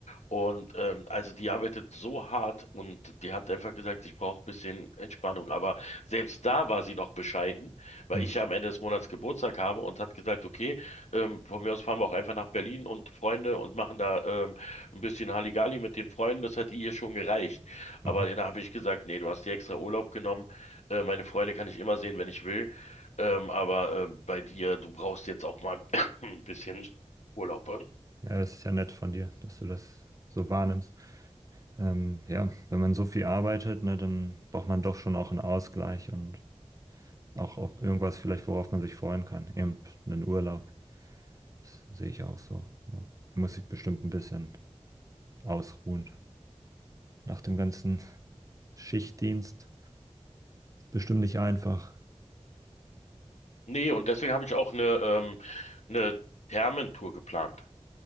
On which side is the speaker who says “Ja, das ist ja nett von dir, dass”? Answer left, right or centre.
Right